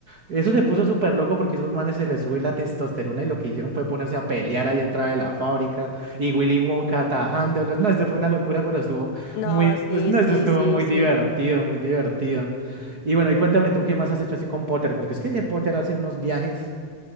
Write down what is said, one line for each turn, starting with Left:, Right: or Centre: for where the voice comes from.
Right: Eso se puso súper loco porque esos manes se les sube la testosterona y lo que hicieron fue ponerse a pelear allá entrada de la fábrica y Willy Wonka atajándolos. No, eso fue una locura, pero estuvo
Left: No,
Right: muy,
Left: sí,
Right: es- no,
Left: sí,
Right: eso estuvo
Left: sí,
Right: muy
Left: sí.
Right: divertido, muy divertido. Y bueno, y cuéntame tú qué más has hecho así con Potter, porque es que ese Potter hace unos viajes.